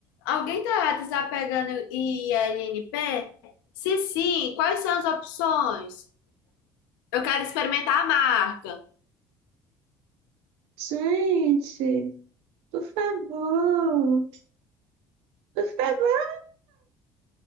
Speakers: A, on the left; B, on the right.
A: alguém tá desapegando ILNP? Se sim, quais são as opções? Eu quero experimentar a marca.
B: Gente, por favor, por favor.